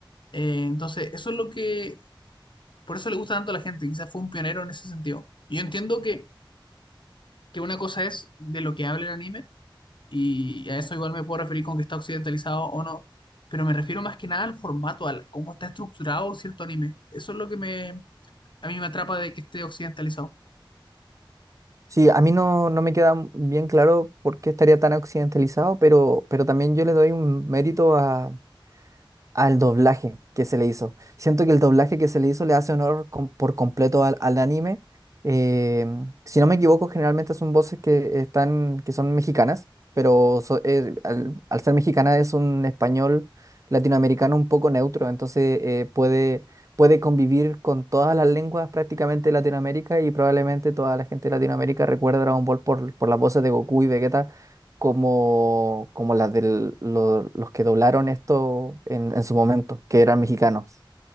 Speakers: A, on the left (about 65°); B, on the right (about 35°).
A: Eh, entonces, eso es lo que Por eso le gusta tanto a la gente, quizás fue un pionero en ese sentido. Y yo entiendo que, que una cosa es de lo que habla el anime, y a eso igual me puedo referir con que está occidentalizado o no, pero me refiero más que nada al formato, al cómo está estructurado cierto anime. Eso es lo que me, a mí me atrapa de que esté occidentalizado.
B: sí, a mí no, no me queda bien claro por qué estaría tan occidentalizado, pero, pero también yo le doy un mérito a al doblaje que se le hizo. Siento que el doblaje que se le hizo le hace honor com- por completo al, al anime. Eh, si no me equivoco, generalmente son voces que están, que son mexicanas, pero so- eh, al, al ser mexicana es un español latinoamericano un poco neutro, entonces eh, puede, puede convivir con todas las lenguas prácticamente de Latinoamérica y probablemente toda la gente de Latinoamérica recuerda Dragon Ball por, por las voces de Goku y Vegeta como, como las de los que doblaron esto en, en su momento, que eran mexicanos.